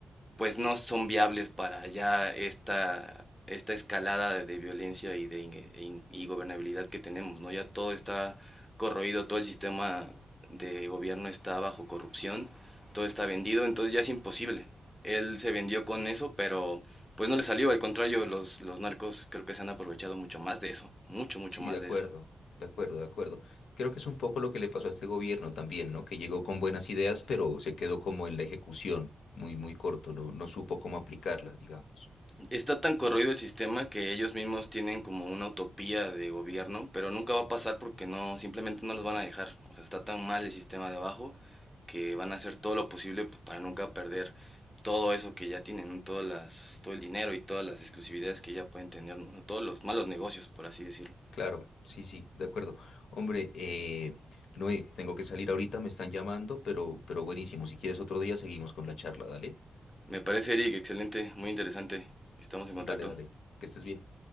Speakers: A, in the centre; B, on the left.
A: pues no son viables para ya esta, esta escalada de, de violencia y de e in- y gobernabilidad que tenemos, ¿no? Ya todo está corroído, todo el sistema de gobierno está bajo corrupción, todo está vendido, entonces ya es imposible. Él se vendió con eso, pero pues no le salió, al contrario, los, los narcos creo que se han aprovechado mucho más de eso, mucho, mucho
B: Sí,
A: más
B: de acuerdo,
A: de eso.
B: de acuerdo, de acuerdo. Creo que es un poco lo que le pasó a este gobierno también, ¿no? Que llegó con buenas ideas, pero se quedó como en la ejecución, muy, muy corto, no, no supo cómo aplicarlas, digamos.
A: está tan corroído el sistema que ellos mismos tienen como una utopía de gobierno, pero nunca va a pasar porque no, simplemente no los van a dejar. O sea, está tan mal el sistema de abajo que van a hacer todo lo posible para nunca perder todo eso que ya tienen, ¿no? todas las, todo el dinero y todas las exclusividades que ya pueden tener, ¿no? todos los malos negocios, por así decirlo.
B: Claro, sí, sí, de acuerdo. Hombre, eh, Noé, tengo que salir ahorita, me están llamando, pero, pero buenísimo. Si quieres otro día, seguimos con la charla, dale.
A: Me parece, Eric, excelente, muy interesante. Estamos en contacto.
B: Dale, dale. Que estés bien.